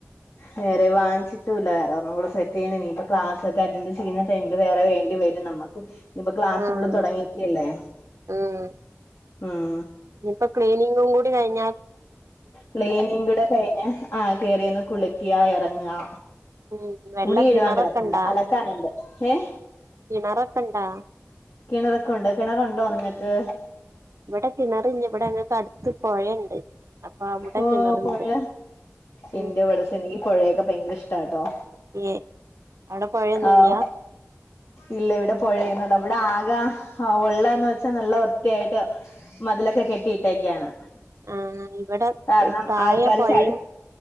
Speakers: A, on the left (about 80°); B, on the right (about 80°).
A: വേറെ വാങ്ങിച്ചിട്ടുംയില്ലാരുന്നു ഒന്നുകൂടെ സെറ്റ് ചെയ്യണം ഇനി ഇപ്പൊ ക്ലാസ് ഒക്കെ അറ്റൻറ് ചെയ്യണം ടൈമില് വേറെ വേണ്ടി വരും നമ്മക്ക് ഇപ്പൊ ക്ലാസ്സും
B: ആഹ്
A: കൂടെ തൊടങ്ങിക്കല്ലേ
B: ആഹ്
A: ഉം
B: ഇനിയിപ്പോ ക്ലീനിങ്ങും കൂടി കഴിഞ്ഞാൽ-
A: ക്ലീനിക്കൂടെ കഴിഞ്ഞ് ആ കേറി ഒന്ന് കുളിക്കുക എറങ്ങുക
B: ഉം വെള്ള
A: തുണി കഴുവാൻ
B: കിണറൊക്കെ
A: കെടപ്പോണ്ട്
B: ഇണ്ടാ
A: അലക്കാറുണ്ട് ഏ-
B: കിണറൊക്കെ ഇണ്ടാ
A: കിണറൊക്കെ ഒണ്ട് കിണറുണ്ടോ
B: ഉം
A: നിങ്ങൾക്ക്
B: ഇവിടെ കിണറില്ല ഇവിടെ അങ്ങക്ക് അടുത്ത് പൊഴഴുണ്ട് അപ്പൊ അവിടെ
A: ഓ
B: കിണറുണ്ട്
A: പൊഴ എന്റെ
B: ഉം
A: ഇവിടെ എനിക്ക് പൊഴയൊക്കെ ഭയങ്കര ഇഷ്ടമാ കെട്ടോ
B: <unintelligible> അവിടെ പൊഴയൊന്നുല്ല
A: ആഹ് ഇല്ല ഇവിടെ പൊഴ ഒന്നുമില്ല അവിടെ ആകെയുള്ളന്ന് വെച്ചാ നല്ല വൃത്തിയായിട്ട്- മതിലൊക്കെ കെട്ടിയിട്ടേക്കാണ്
B: ആന് ഇവിടെ-
A: കാരണം
B: തായ
A: ആൾക്കാര്
B: പൊഴയും
A: ചാടി